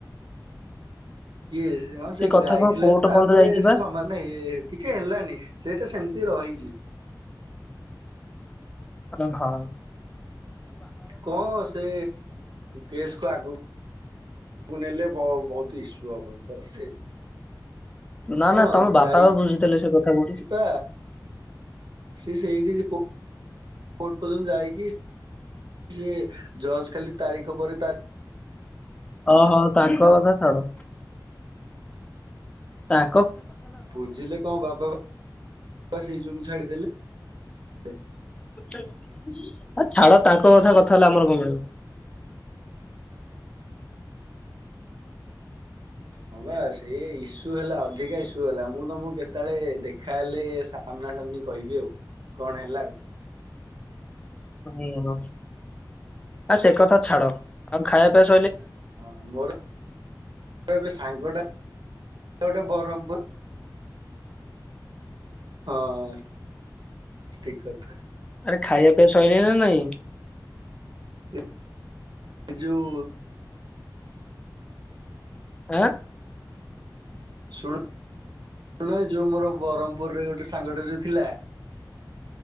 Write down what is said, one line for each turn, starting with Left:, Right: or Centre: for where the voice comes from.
Right: କିଏ ସେ ହଁ ସେ
Left: କଥା
Right: ଯାଇଥିଲା
Left: କଣ କୋର୍ଟ
Right: ତ ତାପରେ
Left: ପର୍ଯ୍ୟନ୍ତ ଯାଇଛି
Right: ସେ
Left: ବା।
Right: ସମାନ ହେଇ କିଛି ହେଲାନି ସେଟା ସେମିତି ରହିଛି।
Left: ହ ହଁ।
Right: କଣ ସେ କେସ୍ କୁ ଆଗକୁ କୁଣେଇିଲେ ବହୁ ବହୁତ ଇସୁ ହବ ତ ସେ
Left: ନା
Right: ହଁ
Left: ନା ତମ ବାପା
Right: ଯାଇଛି
Left: ବା ବୁଝୁଥିଲେ ସେ କଥା କୋଉଠି।
Right: ପା ସେ ସେଇଠି କୋ କୋର୍ଟ ପର୍ଯ୍ୟନ୍ତ ଯାଇକି ସିଏ ଜଷ୍ଟ ଖାଲି ତାରିଖ ପରେ ତା
Left: ଓହୋ ତାଙ୍କ କଥା ଛାଡ। ତା।
Right: ବୁଝିଲେ କଣ ବାବା ସେଇ ଯୋଗୁ ଛାଡିଦେଲେ ହୁଁ
Left: ଆଉ ଛାଡ ତାଙ୍କ କଥା କଥା ହେଲେ ଆମର କଣ ମିଳିବ
Right: ହଁ ବା ସେ ଇସୁ ହେଲା ଅଧିକା ଇସୁ ହେଲା ମୁଁ ତମକୁ କେତେବେଳେ ଦେଖା ହେଲେ ସାମ୍ନା ସାମ୍ନି କହିବି ଆଉ କଣ ହେଲା ଆଉ
Left: ହ ଆ ସେ କଥା ଛାଡ ଆମ ଖାଇବା ପିଆବା
Right: ହଁ ମୋର ଏ ସାଙ୍ଗଟା ଏଟା ଗୋଟେ ବରମପୁର ହଁ ଠିକ କଥା।
Left: ଆରେ ଖାଇବା ପିଇଆ ଶଇଲାଣି ନା ନାଇଁ? ହୁଁ।
Right: ଏ-ଏ ଯୋଉ
Left: ଆଁ
Right: ଶୁ-ଣ ଏଇ ଯୋଉ ମୋର ବରହମପୁରରେ ଗୋଟେ ସାଙ୍ଗଟେ ଯୋଉ ଥିଲା